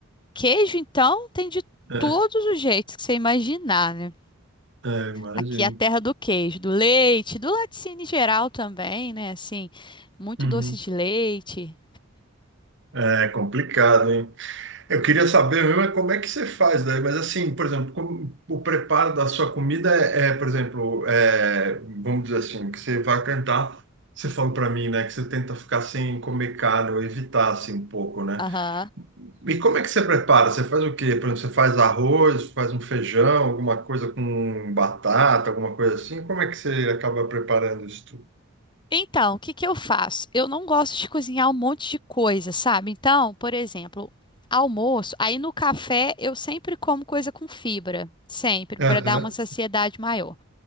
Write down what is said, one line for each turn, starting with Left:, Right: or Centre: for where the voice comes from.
Left: Queijo, então, tem de
Right: né?
Left: todos os jeitos que você imaginar, né?
Right: É, é, imagino.
Left: Aqui é a terra do queijo, do leite, do laticínio em geral também, né? Assim, muito
Right: Uhum.
Left: doce de leite.
Right: É complicado, hein? Eu queria saber mesmo é como é que você faz daí, mas assim, por exemplo, como o preparo da sua comida é, é, por exemplo, é, vamos dizer assim, que você vai cantar, você falou para mim, né, que você tenta ficar sem comer carne ou evitar assim um pouco, né?
Left: Aham.
Right: E como é que você prepara? Você faz o quê? Por exemplo, você faz arroz, faz um feijão, alguma coisa com batata, alguma coisa assim? Como é que você acaba preparando isso tudo?
Left: Então, o que que eu faço? Eu não gosto de cozinhar um monte de coisa, sabe? Então, por exemplo, almoço, aí no café eu sempre como coisa com fibra, sempre,
Right: Aham.
Left: para dar uma saciedade maior.